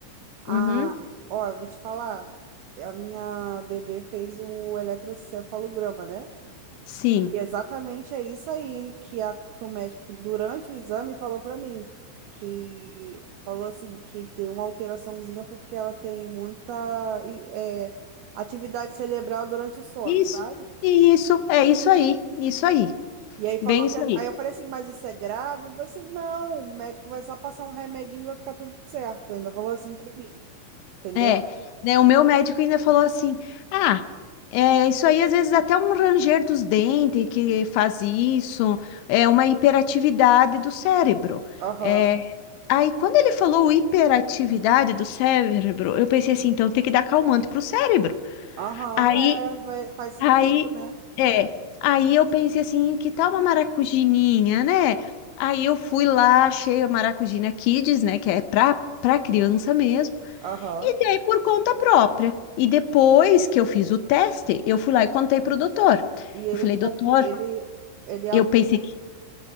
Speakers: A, on the right (about 80°); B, on the left (about 80°).
A: a...
B: Uhum,
A: Ó, eu vou te falar. A minha bebê fez o eletrocefalograma, né?
B: sim.
A: E exatamente é isso aí que, a, que o médico, durante o exame, falou para mim, que falou assim, que tem uma alteraçãozinha porque ela tem muita e, é, atividade cerebral durante o sono,
B: Isso,
A: sabe?
B: isso, é isso aí, isso aí,
A: E aí
B: bem
A: falou
B: isso
A: que, aí
B: aí.
A: eu falei assim, mas isso é grave? Ele falou assim, não, o médico vai só passar um remedinho e vai ficar tudo certo. Ainda falou assim pra mim, entendeu?
B: É, né, o meu médico ainda falou assim: ah, é, isso aí às vezes até um ranger dos dentes que faz isso, é uma hiperatividade do cérebro.
A: Aham,
B: É, aí quando ele falou hiperatividade do cérebro, eu pensei assim: então tem que dar calmante pro cérebro.
A: aham,
B: Aí,
A: é, vai- faz sentido,
B: aí,
A: né?
B: é, aí eu pensei assim: que tal uma maracujininha, né? Aí eu fui lá, achei a maracujina Kids, né, que é pra, pra criança mesmo.
A: Aham.
B: E dei por conta própria. E depois que eu fiz o teste, eu fui lá e contei pro doutor.
A: E ele,
B: Eu falei, doutor,
A: confi- ele, ele,
B: eu pensei que,